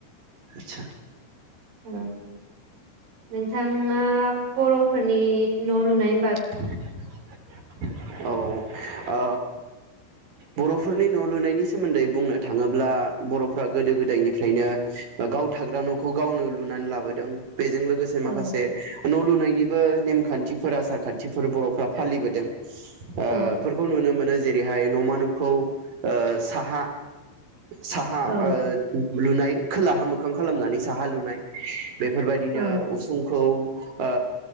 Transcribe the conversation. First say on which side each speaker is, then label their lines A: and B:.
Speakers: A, on the right (about 50°); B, on the right (about 65°).
A: आसा
B: ओ नोंथाङा बर'फोरनि न' लुनाय
A: <unintelligible> औ ओ बर'फोरनि न' लुनायनि सोमोन्दै बुंनो थाङोब्ला बर'फ्रा गोदो गोदायनिफ्रायनो गाव थाग्रा न'खौ गावनो लुनानै लाबोदों। बेजों लोगोसे
B: औ
A: माखासे न' लुनायनि बो नेमखान्थिफोरा सार खान्थिफोर बरफ्रा फालिबोदों। ओ
B: औ
A: फोरखौ नुनो मोनो जेरैहाय नमा न' खौ ओ साहा साहा
B: औ
A: ओ लुनाय खोलाहा मोखां खालामनानै साहा लुनाय बेफोरबादिनो
B: औ
A: उसुंखौ ओ